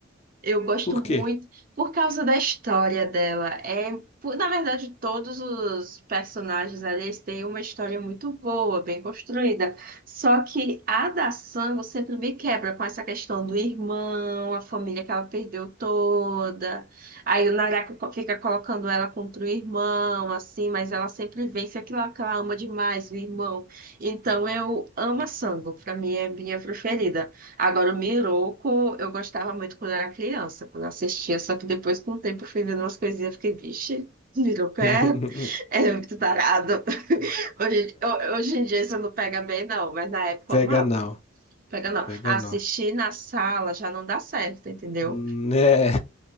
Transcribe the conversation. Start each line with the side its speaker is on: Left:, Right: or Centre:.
Right: Eu gosto
Left: Por
Right: muito
Left: quê?
Right: por causa da história dela. É, por- na verdade, todos os personagens ali eles têm uma história muito boa, bem construída. Só que a da Sango sempre me quebra com essa questão do irmão, a família que ela perdeu toda. Aí o Naraka co- fica colocando ela contra o irmão, assim, mas ela sempre vence aquilo que ela ama demais, o irmão. Então eu amo a Sango, pra mim é minha preferida. Agora, o Miroco, eu gostava muito quando era criança, quando eu assistia, só que depois, com o tempo, eu fui vendo umas coisinhas e fiquei, vixe, Miroco
Left: <laughs>
Right: é, é muito tarado. <laughs> Hoje, em ho- hoje em dia isso não pega bem, não, mas na época
Left: Pega
Right: eu amava.
Left: não.
Right: Pega não.
Left: Pega
Right: Assistir
Left: não.
Right: na sala já não dá certo, entendeu?
Left: Né?